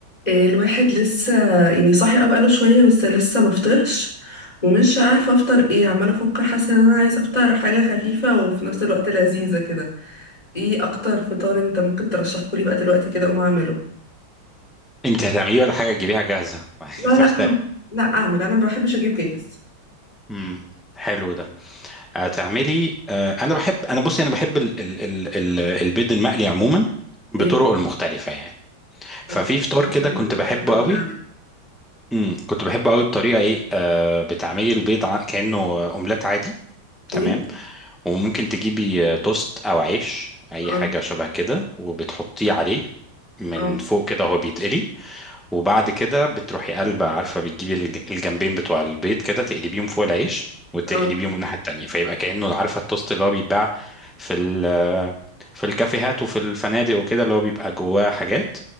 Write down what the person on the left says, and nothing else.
آه، الواحد لسه يعني صاحي اه بقاله شوية بس لسه مفطرش ومش عارفة افطر ايه عمالة افكر حاسة ان انا عايزة افطر حاجة خفيفة وفي نفس الوقت لذيذة كده ايه اكتر فطار انت ممكن ترشحه لي بقى دلوقتي كده اقوم اعمله
لا
لا اعمل لا اعمل انا ما بحبش اجيب جاهز
اوكي
طب
دي
طريقة
مختلفة
كده اعمل
اوكي
اه
اه
اه